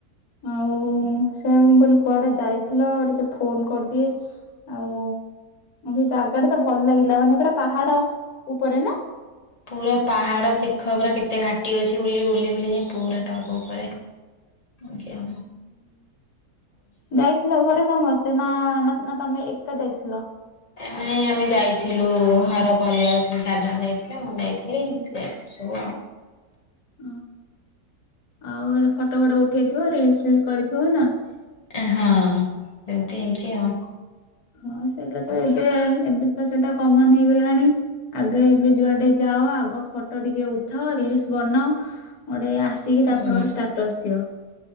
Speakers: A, on the left; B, on the left.
A: ଆଉ ସେଆ ମୁ କହିଲି କୁଆଡେ ଯାଇଥିଲ, ଟିକେ ଫୋନ କରିଦିଏ ଆଉ ମୁଁ ସେ ଜାଗା ଟା ତ ଭଲ ଲାଗିଲା, ମାନେ ପୁରା ପାହାଡ ଉପରେ ନା?
B: ପୁରା ପାହାଡ ତିଖ ଗୁରା, କେତେ ଘାଟି ଅଛି ବୁଲି, ବୁଲି, ବୁଲି, ଯାଇଁ ପୁରା ଟପ୍ ଉପରେ। ଆଜ୍ଞା ହଁ।
A: ଯାଇଥିଲ ଘରେ ସମସ୍ତେ? ନା, ନା, ନା ତମେ ଏକା ଯାଇଥିଲ?
B: ଏ ନାଇଁ, ଆମେ ଯାଇଥିଲୁ, ଘର ପରିବାର ତିନି ଚାରି ଜଣ ଯାଇଥିଲୁ। ନା ମୁଁ ଯାଇଥିଲି, ଏମିତି ଯାଇଥିଲୁ ସବୁ ଆଉ।
A: ଓ, ଆଉ ଫଟୋ ଫଟୋ ଉଠେଇଥିବ, ରିଲସ୍ ଫିଲସ୍ କରିଥିବ ନା?
B: ଏ ହଁ, ଏମିତି ହେଇଛି ଆଉ।
A: ହଁ ସେଇଟା ତ ଏବେ, ଏବେ ତ ସେଇଟା କମନ୍ ହେଇଗଲାଣି। ଆଗେ ଏବେ ଯୁଆଡେ ଯାଅ, ଆଗ ଫଟୋ ଟିକେ ଉଠାଅ, ରିଲସ୍ ବନାଅ, ଗୋଟେ ଆସି କି
B: ହୁଁ
A: ତାପରେ ଗୋଟେ ଷ୍ଟାଟସ୍ ଥିବ,